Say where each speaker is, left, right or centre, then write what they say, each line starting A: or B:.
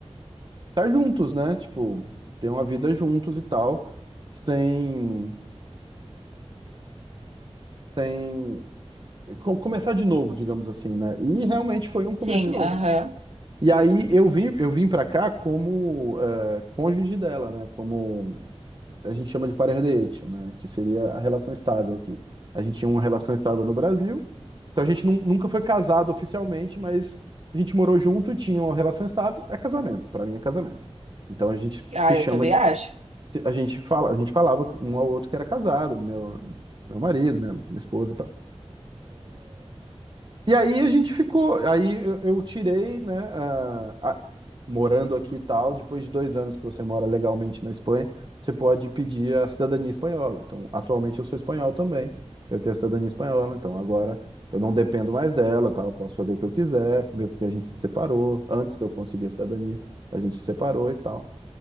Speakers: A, on the right; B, on the right.
A: estar juntos, né? Tipo, ter uma vida juntos e tal, sem, sem co- começar de novo, digamos assim, né? E realmente foi um começo
B: Sim,
A: de novo.
B: aham.
A: E aí eu vim, eu vim para cá como é, cônjuge dela, né? Como a gente chama de parer de hecho, né? Que seria a relação estável aqui. A gente tinha uma relação estável no Brasil, então a gente nun- nunca foi casado oficialmente, mas a gente morou junto, tinha uma relação estável, é casamento. Para mim é casamento. Então a gente
B: Ah,
A: se chama
B: eu também
A: de,
B: acho.
A: a gente fala, a gente falava um ao outro que era casado, meu, meu marido, minha, minha esposa e tal. E aí a gente ficou, aí eu, eu tirei, né, ah, a- morando aqui e tal, depois de dois anos que você mora legalmente na Espanha, você pode pedir a cidadania espanhola. Então, atualmente eu sou espanhol também, eu tenho a cidadania espanhola, então agora eu não dependo mais dela, tá? Eu posso fazer o que eu quiser, mesmo que a gente se separou, antes de eu conseguir a cidadania, a gente se separou e tal.